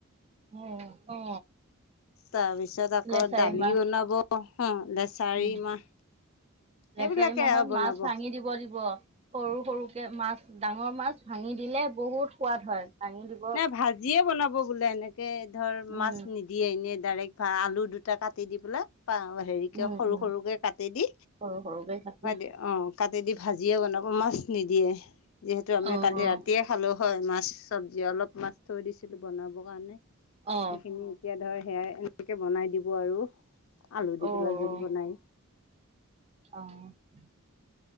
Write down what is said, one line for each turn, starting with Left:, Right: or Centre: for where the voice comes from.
Right: অ অ
Left: তাৰপিছত আকৌ
Right: লেচাৰী
Left: দালি
Right: মাহ
Left: বনাব হ লেছাৰী
Right: উম
Left: মাহ
Right: লেচাৰী
Left: এইবিলাকে
Right: মাহত
Left: আৰু বনাব।
Right: মাছ ভাঙি দিব দিব সৰু সৰুকে মাছ ডাঙৰ মাছ ভাঙি দিলে বহুত সোৱাদ হয় দাঙি দিব
Left: নাই ভাজিয়ে বনাব বোলে এনেকে ধৰ
Right: উম
Left: মাছ নিদিয়ে এনে ডাইৰেক্ট বা আলু দুটা কাটি দি পেলাই হেৰিকে
Right: উম
Left: সৰু
Right: উম
Left: সৰুকে কাটি দি
Right: সৰু সৰুকে কাটি
Left: দি অ কাটি দি ভাজিয়ে বনাব মাছ নিদিয়ে যিহেতু আমি
Right: অ অ
Left: কালি ৰাতিয়ে খালো হয় মাছ চব্জি অলপ মাছ থৈ দিছিলো বনাব কাৰণে সেইখিনি
Right: অ
Left: এতিয়া ধৰ সেয়া এনেকে বনাই দিব আৰু আলু
Right: অ
Left: দি পেলাই জোল বনাই
Right: অ আহ